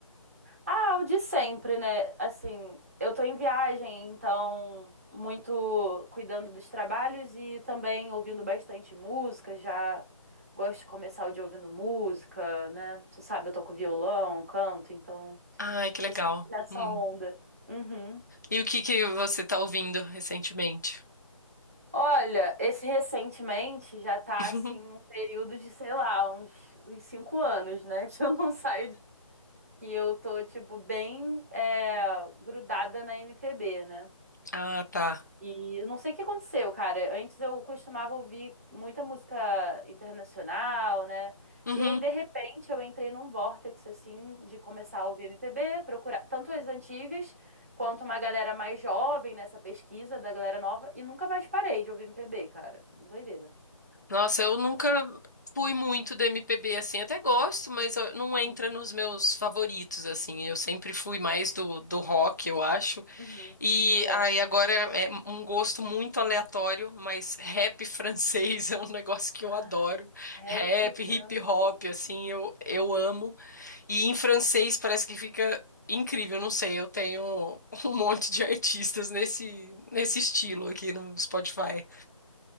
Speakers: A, on the right (about 25°); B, on the left (about 30°).
A: Ah, o de sempre, né? Assim, eu tô em viagem, então muito cuidando dos trabalhos e também ouvindo bastante música, já gosto de começar o dia ouvindo música, né? Você sabe, eu toco violão, canto, então
B: Ai, que
A: tô
B: legal.
A: sempre nessa
B: Hum.
A: onda. Uhum.
B: E o que que você tá ouvindo recentemente?
A: Olha, esse recentemente já tá
B: <laughs>
A: assim um período de, sei lá, uns, uns cinco anos, né? <laughs> Que eu não saio que eu tô, tipo, bem é, grudada na MPB, né?
B: Ah, tá.
A: E eu não sei o que aconteceu, cara. Antes eu costumava ouvir muita música internacional, né?
B: Uhum.
A: E aí, de repente, eu entrei num vórtice, assim, de começar a ouvir MPB, procurar tanto as antigas quanto uma galera mais jovem nessa pesquisa da galera nova, e nunca mais parei de ouvir MPB, cara. Doideira.
B: Nossa, eu nunca fui muito do MPB assim. Até gosto, mas eu- não entra
A: Uhum.
B: nos meus favoritos assim. Eu sempre fui mais do, do rock, eu acho.
A: Uhum.
B: E
A: Certo.
B: aí agora é um gosto muito aleatório, mas rap francês <laughs> é um negócio que eu
A: Ah,
B: adoro.
A: Rap
B: Rap, hip
A: francês.
B: hop, assim, eu, eu amo. E em francês parece que fica incrível, não sei, eu tenho <laughs> um monte de artistas nesse, nesse estilo aqui no Spotify.